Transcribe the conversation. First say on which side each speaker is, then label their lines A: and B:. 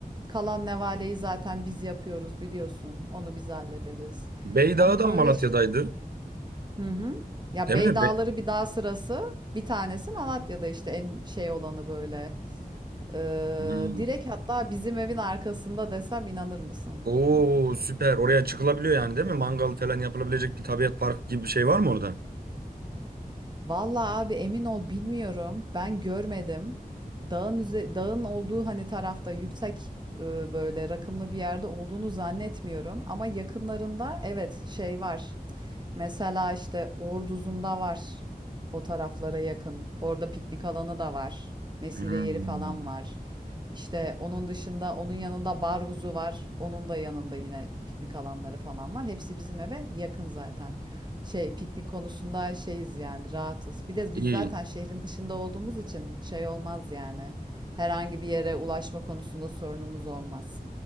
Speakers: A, on the right; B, on the right.
A: Kalan nevaleyi zaten biz yapıyoruz biliyorsun. Onu biz hallederiz.
B: Beydağ'dan
A: Hani böyle
B: Malatya'daydı.
A: ş- hı hı. Ya
B: Değil
A: Bey
B: mi?
A: Dağları
B: Be
A: bir dağ sırası bir tanesi Malatya'da işte en şey olanı böyle. Ee,
B: Hmm.
A: direkt hatta bizim evin arkasında desem inanır mısın?
B: Oo süper. Oraya çıkılabiliyor yani değil mi? Mangal falan yapılabilecek bir tabiat parkı gibi bir şey var mı orada?
A: Vallahi abi emin ol bilmiyorum. Ben görmedim. Dağın üze- dağın olduğu hani tarafta yüksek e, böyle rakımlı bir yerde olduğunu zannetmiyorum ama yakınlarında evet şey var. Mesela işte Orduzun'da var. O taraflara yakın. Orada piknik alanı da var. Mesire
B: Hmm.
A: yeri falan var. İşte onun dışında onun yanında Barguzu var. Onun da yanında yine piknik alanları falan var. Hepsi bizim eve yakın zaten. Şey piknik konusunda şeyiz yani rahatız. Bir de biz
B: İyi.
A: zaten şehrin dışında olduğumuz için şey olmaz yani. Herhangi bir yere ulaşma konusunda sorunumuz olmaz.